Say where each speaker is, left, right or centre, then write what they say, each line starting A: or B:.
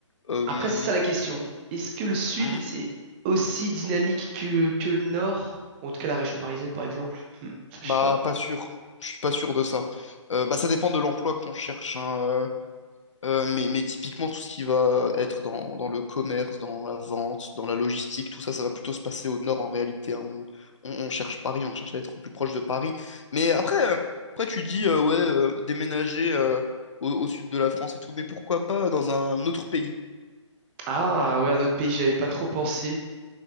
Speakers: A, on the left; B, on the right.
A: Euh,
B: Après, c'est ça la question. Est-ce que le sud,
A: hmm,
B: c'est aussi dynamique que, que le nord? En tout cas, la région parisienne, par exemple. Hmm, ça, je
A: bah,
B: sais pas.
A: pas sûr. Je suis pas sûr de ça. Euh, bah, ça dépend de l'emploi qu'on cherche, hein. Euh, Euh, mais, mais typiquement, tout ce qui va être dans, dans le commerce, dans la vente, dans la logistique, tout ça, ça va plutôt se passer au nord en réalité. hein. On, on- on cherche Paris, on cherche à être au plus proche de Paris. Mais après, euh, après tu dis, euh, ouais, euh, déménager euh, au, au sud de la France et tout, mais pourquoi pas dans un autre pays?
B: Ah, ouais, un autre pays, j'y avais pas trop pensé.